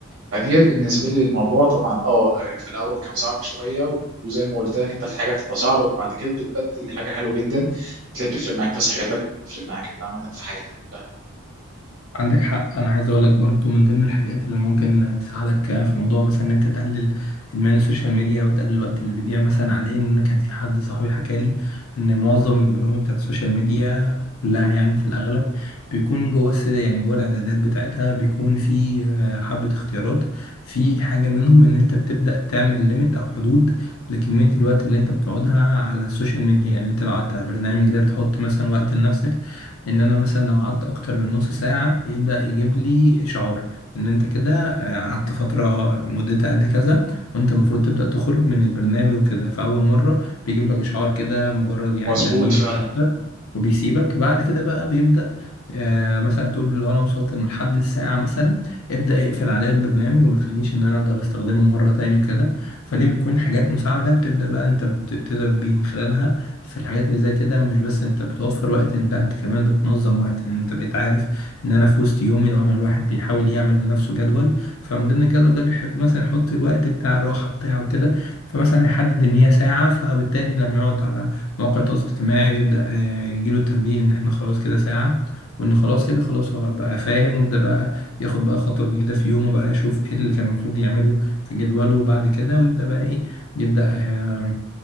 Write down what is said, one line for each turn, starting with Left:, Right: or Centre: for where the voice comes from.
Right: فديت بالنسبه لي للموضوع طبعا اه آه، في الاول كان صعب شويه و- وزي ما قلت لك انت في حاجه بتبقى صعبه بعد كده بتبدل حاجه حلوه جدا هتلاقي بتفرق معاك في صحتك بتفرق معاك انت عامه في حياتك كلها
Left: عندك حق انا عايز اقول لك برضو من ضمن الحاجات اللي ممكن تساعدك في موضوع مثلا ان انت تقلل ادمان السوشيال ميديا وتقلل الوقت اللي بيضيع مثلا عليه ان كان في حد صاحبي حكى لي ان معظم البرامج بتاعت السوشيال ميديا كلها يعني في الاغلب بيكون جوه الس- يعني جوه الاعدادات بتاعتها بيكون في آه، حبة اختيارات في حاجة منهم ان انت بتبدأ تعمل ليميت او حدود لكمية الوقت اللي انت بتقعدها على السوشيال ميديا يعني انت لو قعدت على البرنامج ده بتحط مثلا وقت لنفسك ان انا مثلا لو قعدت اكتر من نص ساعة يبدأ يجيب لي اشعار ان انت كده آه، قعدت فترة مدتها قد كذا وانت المفروض تبدأ تخرج من البرنامج وكده فاول مرة بيجيب لك اشعار كده مجرد يعني
Right: مظبوط
Left: تنبيه
Right: فعلا
Left: مش اكتر وبيسيبك بعد كده بقى بيبدأ آه مثلا تقول له لو انا وصلت لحد الساعة مثلا ابدأ اقفل عليا البرنامج وما تخليش ان انا اقدر استخدمه مرة تاني وكده فدي بتكون حاجات مساعدة بتبدأ بقى انت بت- تقدر بين خلالها في الحاجات اللي زي كده مش بس انت بتوفر وقت إن- لا انت كمان بتنظم وقت ان انت بقيت عارف ان انا في وسط يومي لو انا الواحد بيحاول يعمل لنفسه جدول فمن ضمن الجدول ده بيحب مثلا يحط الوقت بتاع الراحة بتاعه كده فمثلا هيحدد ان هي ساعة فبالتالي لما يقعد على مواقع التواصل الاجتماعي ويبدأ آه، يجيله التنبيه ان احنا خلاص كده ساعة وان خلاص كده خلاص هو بقى فاهم ويبدأ بقى ياخد بقى خطوة جديدة في يومه بقى يشوف ايه اللي كان المفروض يعمله في جدوله وبعد كده ويبدأ بقى ايه يبدأ آه،